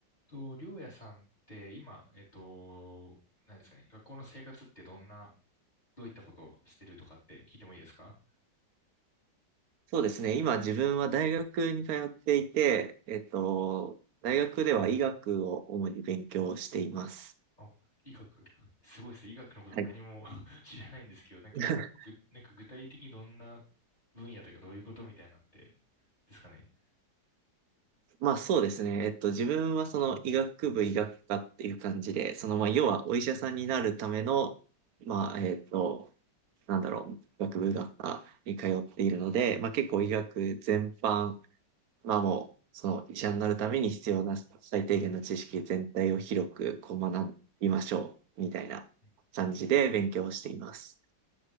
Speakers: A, on the left (about 25°); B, on the right (about 70°).
A: と、りょうやさんって今、えっと、何ですかね、学校の生活ってどんな、どういったことをしてるとかって聞いてもいいですか
B: そうですね。今自分は大学に通っていて、えっと、大学では医学を主に勉強しています。
A: あ、医学。<laughs> すごいですね。医学のこと何も
B: はい。
A: <laughs> 知らないんですけど、なんか、
B: <laughs>
A: ぐ、なんか具体的にどんな分野というかどういうことみたいなのって、ですかね。
B: まあそうですね。えっと、自分はその医学部医学科っていう感じで、そのまあ要はお医者さんになるための、まあえっと、なんだろう、医学部医学科に通っているので、まあ結構医学全般まあもう、その医者になるために必要な最低限の知識全体を広くこう学びましょう、みたいな感じで勉強をしています。
A: うんす